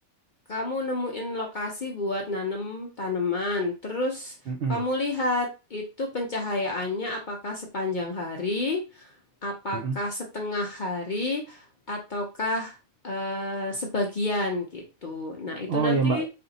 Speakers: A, on the left; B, on the right.
A: kamu nemuin lokasi buat nanem tanaman, terus
B: Mm-mm,
A: kamu lihat itu pencahayaannya apakah sepanjang hari. Apakah
B: mm-mm.
A: setengah hari ataukah eh, sebagian gitu. Nah, itu
B: Oh
A: nanti
B: ya Mbak,